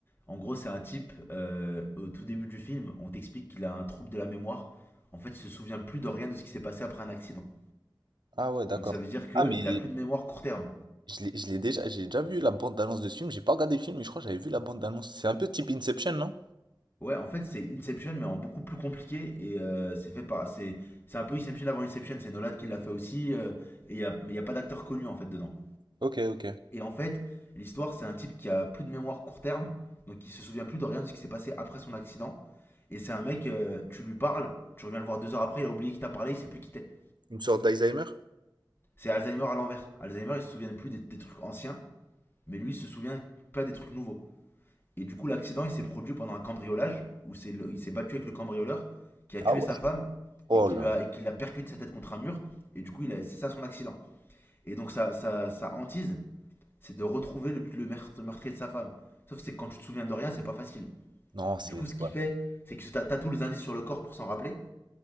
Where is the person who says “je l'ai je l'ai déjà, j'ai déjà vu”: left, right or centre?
Right